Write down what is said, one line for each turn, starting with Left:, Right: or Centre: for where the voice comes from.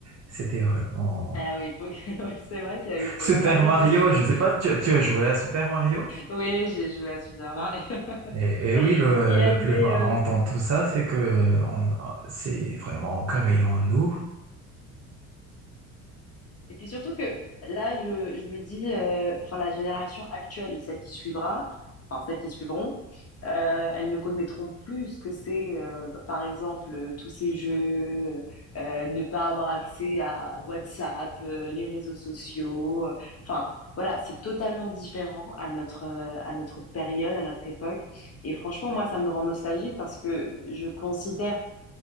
Right: c'était vraiment
Left: Ah oui, Poké- <laughs> oui, c'est vrai qu'il y a eu pas,
Right: Super
Left: pas mal
Right: Mario,
Left: de, de...
Right: je sais pas, tu, tu as joué à Super Mario?
Left: Oui, j'ai joué à Super Mario. <laughs>
Right: Et, et oui, le,
Left: Il y
Right: le
Left: avait
Right: plus marrant
Left: euh,
Right: dans tout ça, c'est que on- ah, c'est vraiment créé en créant nous.
Left: Et puis surtout que là, je, je me dis, euh, enfin, la génération actuelle et celle qui suivra, enfin, celles qui suivront, euh, elles ne connaîtront plus ce que c'est, euh, par exemple, euh, tous ces jeux, euh, ne pas avoir accès à WhatsApp, euh, les réseaux sociaux. euh, Enfin, voilà, c'est totalement différent à notre, euh, à notre période, à notre époque. Et franchement, moi, ça me rend nostalgique parce que je considère